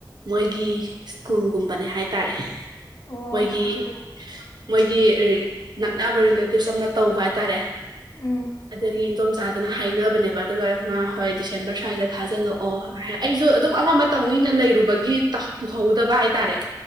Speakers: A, on the right; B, on the left.
A: ꯃꯣꯏꯒꯤ ꯁ꯭ꯀꯨꯜꯒꯨꯝꯕꯅꯦ ꯍꯥꯏ ꯇꯥꯔꯦ
B: ꯑꯣ
A: ꯃꯣꯏꯒꯤ
B: ꯑꯗꯨꯒꯤ
A: ꯃꯣꯏꯒꯤ ꯅꯛꯅꯕ ꯔꯤꯂꯦ ꯇꯤꯞ ꯁꯝꯅ ꯇꯧꯕ ꯍꯥꯏꯇꯥꯔꯦ
B: ꯎꯝ
A: ꯑꯗꯨꯒꯤ ꯏꯟꯗꯣꯝꯆꯥꯥꯗꯅ ꯍꯥꯏꯅꯕꯅꯦꯕ ꯑꯗꯨꯒ ꯃꯥ ꯍꫭꯏ ꯗꯤꯁꯦꯝꯔ ꯁꯥꯏꯗ ꯊꯥꯖꯤꯜꯂꯛꯑꯣ ꯑꯩꯁꯨ ꯑꯗꯨꯝ ꯑꯃ ꯑꯃ ꯇꯧꯅꯤꯅ ꯂꯩꯔꯨꯕꯒꯤ ꯄꯨꯍꯧꯗꯕ ꯍꯥꯏꯇꯥꯔꯦ